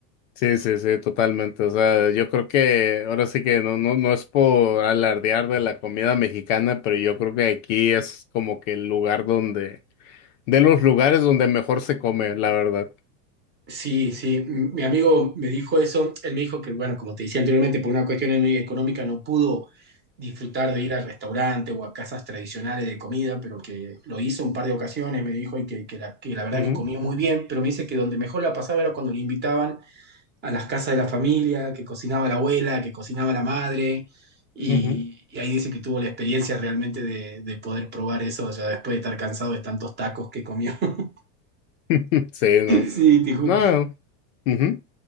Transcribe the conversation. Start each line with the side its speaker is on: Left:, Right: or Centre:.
Left: Sí, sí, sí, totalmente. O sea, yo creo que ahora sí que no, no, no es por alardear de la comida mexicana, pero yo creo que aquí es como que el lugar donde, de los lugares donde mejor se come, la verdad.
Right: Sí, sí, m- mi amigo me dijo eso, él me dijo que, bueno, como te decía anteriormente, por una cuestión muy económica no pudo disfrutar de ir al restaurante o a casas tradicionales de comida, pero que lo hizo un par de ocasiones, me dijo, y que, que la, que la verdad
Left: Ujú,
Right: que comía muy bien, pero me dice que donde mejor la pasaba era cuando le invitaban a las casas de la familia, que cocinaba la abuela, que cocinaba la madre, y,
Left: ujú, ujú.
Right: y ahí dice que tuvo la experiencia realmente de, de poder probar eso ya después de estar cansado de tantos tacos que comió. <laughs>
Left: <laughs> Sí, no.
Right: Sí, te juro.
Left: No. Ujú,